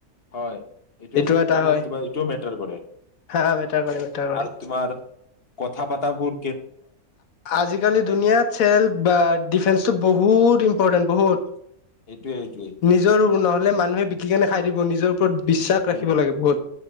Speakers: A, on the left; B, on the left.
A: হয় এইটোও
B: এইটো এটা
A: মানে
B: হয়
A: তোমাৰ এইটোও মেটাৰ কৰে
B: হা মেটাৰ কৰে মেটাৰ কৰে
A: আৰু তোমাৰ কথা পাতা বল
B: আজিকালি ধুনীয়া চেল ডিফেন্ টো বহুত ইম্পৰ্টেণ্ট বহুত
A: এইটোৱে এইটোৱেই
B: নিজৰ নহ'লে মানুহে বিকি কেনে খাই দিব নিজৰ ওপৰত বিশ্বাস ৰাখিব
A: উম
B: লাগে বহুত